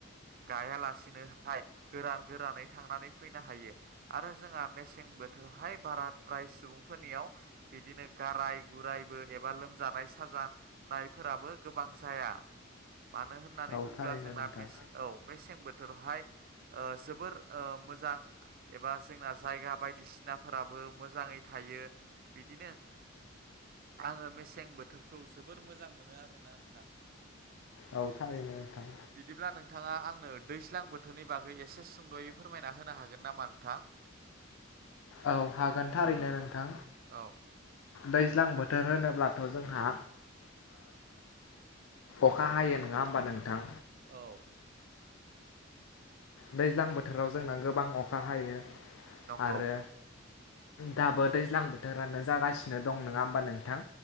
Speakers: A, on the right (about 45°); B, on the left (about 80°).
A: गायालासिनोहाय गोरान गोरानै थांनानै फैनो हायो आरो जोंहा मेसें बोथोरावहाय बाराद्राय सुबुंफोरनियाव बिदिनो गाराय गुरायबो एबा लोमजानाय साजानायफोराबो गोबां जाया। मानो होननानै
B: औ
A: बुंङोब्ला
B: थारैनो
A: जोंना
B: नोंथां
A: मेसें औ मेसें बोथोरावहाय जोबोर ओ मोजां एबा जोंना जायगा बायदिसिनाफोराबो मोजाङै था यो बिदिनो आङो मेसें बोथोरखौ जोबोर मोजां मोनो आरोना नोंथां।
B: औ थारैनो नोंथां
A: बिदिब्ला नोंथाङा आंनो दैज्लां बोथोरनि बागै एसे सुंद'यै फोरमायना होनो हागोन नामा नोंथां? <inaudible>
B: औ हागोन थारैनो नोंथां
A: औ
B: दैज्लां बोथोर होनो ब्लाथ' जोंहा अखा हायो नङा होमबा नोंथां।
A: औ।
B: दैज्लां बोथोराव जोंना गोबां अखा हायो
A: नंगौ
B: आरो दाबो दैज्लां बोथोरानो जागासिनो दं। नोङा होमबा नोंथां?